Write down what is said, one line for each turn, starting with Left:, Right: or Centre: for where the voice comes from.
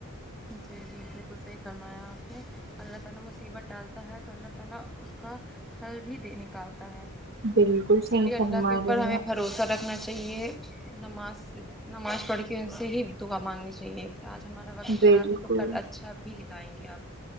Centre: جی جی بالکل صحیح فرمایا آپ نے اللہ تعالی مصیبت ڈالتا ہے تو اللہ تعالی اس کا حل بھی دے نکالتا ہے
Right: بالکل
Centre: اسی
Right: صحیح
Centre: لیے اللہ
Right: فرما
Centre: کے اوپر
Right: رہی
Centre: ہمیں
Right: ہیں آپ،
Centre: بھروس سہ رکھنا چاہیے نماز سے نماز پڑھ کے ان سے ہی دعا مانگنی چاہیے تے آج ہمارا وقت
Right: بالکل
Centre: خراب ہے تو کل اچھا بھی لائیں گے آپ